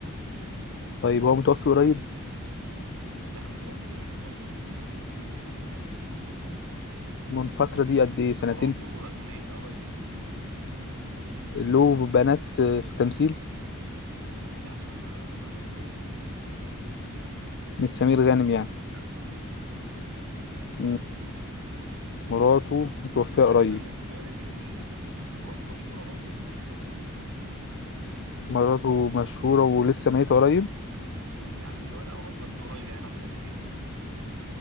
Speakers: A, on the left (about 55°); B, on the right (about 70°).
A: طيب هو متوفي قريب
B: لا متوفي من فترة مش من قريب لا
A: من فترة
B: بس
A: دي قد
B: بس
A: ايه سنتين
B: مراته قر- ميتة قريب
A: له بنات في التمثيل
B: لا ما ملوش بنات
A: مش سمير غانم يعني
B: لا مهم.
A: م- مراته متوفية قريب
B: أقدم من سمير غانم بكتير بس مراته مشهورة برضه ممثلة
A: مراته مشهورة ولسه ميتة قريب
B: يعني مش قريب أوي برضه بس قريب يعني بعد الألفين